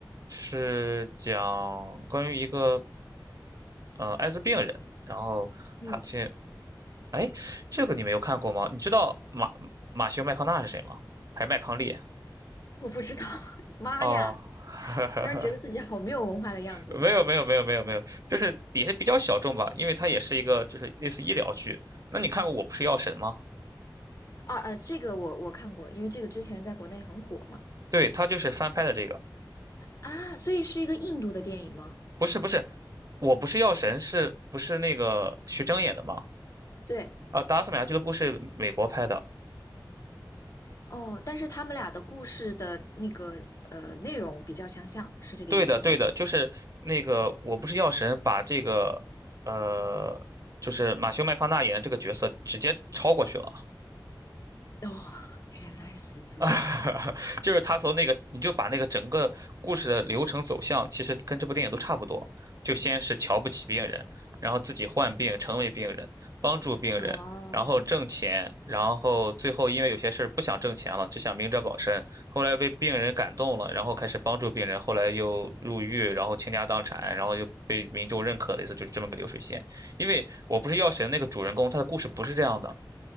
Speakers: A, on the right; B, on the left.
A: 是讲关于一个呃艾滋病人，然后他进，
B: 嗯。
A: 哎，这个你没有看过吗？你知道马马修麦康纳是谁吗？还是麦康利？
B: 我不知道，<laughs> 妈呀！
A: 哦，<laughs>
B: 突然觉得自己好没有文化的样子
A: 没有没有没有没有没有，就是也是比较小众吧，因为它也是一个就是类似医疗剧。那你看过《我不是药神》吗？
B: 啊！呃，这个我我看过，因为这个之前在国内很火嘛。
A: 对，它就是翻拍的这个，
B: 啊，所以是一个印度的电影吗？
A: 不是不是，《我不是药神》是不是那个徐峥演的吗？
B: 对，
A: 啊，《达斯买亚俱乐部》是美国拍的。
B: 哦，但是他们俩的故事的那个呃内容比较相像，是这个意思吗？
A: 对的对的，就是那个《我不是药神》把这个呃，就是马修麦康纳演的这个角色直接超过去了。
B: 哦，原来是这样。
A: <laughs> 就是他从那个，你就把那个整个故事的流程走向，其实跟这部电影都差不多。就先是瞧不起病人，然后自己患病成为病人，帮助病人，
B: 哦，
A: 然后挣钱，然后最后因为有些事儿不想挣钱了，只想明哲保身。后来被病人感动了，然后开始帮助病人，后来又入狱，然后倾家荡产，然后又被民众认可，类似就是这么个流水线。因为我不是药神那个主人公，他的故事不是这样的。